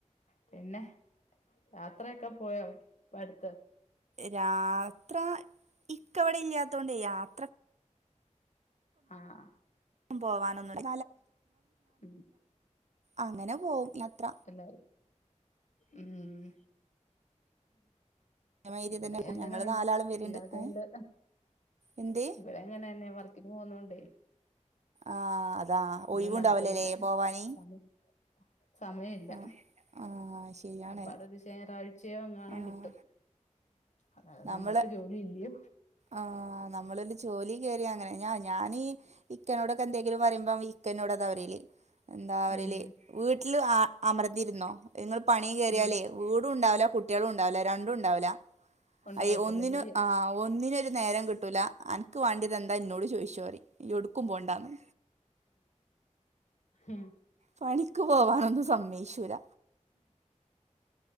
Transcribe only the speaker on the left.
പിന്നെ യാത്രയൊക്കെ പോയോ ഇപ്പടുത്ത്
ആഹ്
ഉം
എല്ലാരും ഉം
ഇവിടെ
അങ്ങനെ
തന്നെ
ഇല്ലാതൊണ്ട്
ഇവിടെ എങ്ങനെന്നെ വർക്കിന് പോക്ന്നോണ്ടെ
ഒന്നും
നടക്കുന്നില്ല
സമയം സമയമില്ല
അപ്പാടെ ഒരു ഞായറാഴ്ചയോ എങ്ങാണം
കിട്ടും അതായത്
നമ്മുക്ക് ജോലി ഇല്ലോ
ഉം
ഉം
ഉണ്ടാവത്തില്ല
ശരിയാ
ഉം